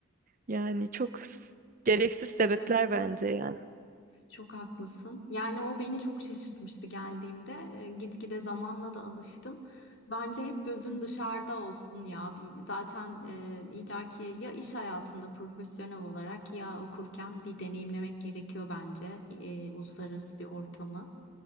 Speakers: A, on the right; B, on the left.
A: Yani çok s- gereksiz sebepler
B: Evet.
A: bence yani.
B: Çok haklısın. Yani o beni çok şaşırtmıştı geldiğimde. E, gitgide zamanla da alıştım. Bence hep gözün dışarıda olsun ya. Bir, zaten e, illaki ya iş hayatında profesyonel olarak ya okurken bir deneyimlemek gerekiyor bence e, uluslararası bir ortamı.